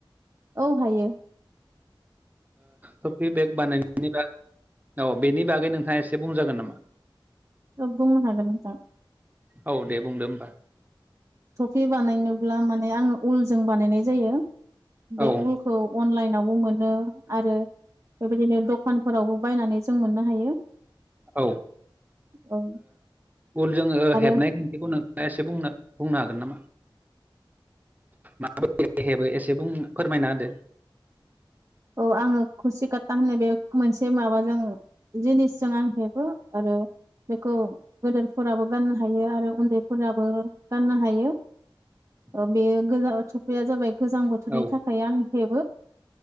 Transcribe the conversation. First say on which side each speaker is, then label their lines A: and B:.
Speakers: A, on the right (about 40°); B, on the right (about 20°).
A: औ हायो
B: टफि बेग बानायनायनि बाग औ बेनि बागै नोंथाङा एसे बुंजागोन नामा
A: बुंनो हागोनोनजां
B: औ दे बुंदो होमबा
A: टफि बानायनोब्ला माने आङो उलजों बानायनाय जायो बे
B: औ
A: उलखौ अनलाइनाव मोनो आरो बेबायदिनो दखानफोरावबो बायनानै जों मोननो हायो
B: औ
A: औ
B: उल जो
A: आरो
B: हेबनाय खान्खखौ नों एसेनो बुंनो हागोन नामा माबायदि हेबो एसे बुं फोरमायना होदो
A: औ आङो खसिकाता होननाय बे मोनसे माबाजों जिनिसजों आं हेबो आरो बेखौ गदोरफोराबो गाननो हायो आरो उन्दैफोराबो गाननो हायो
B: <inaudible>
A: बे गोज थफ्रिया जाबाय गोजां बोथोरनि
B: औ
A: थाखाय आं हेबो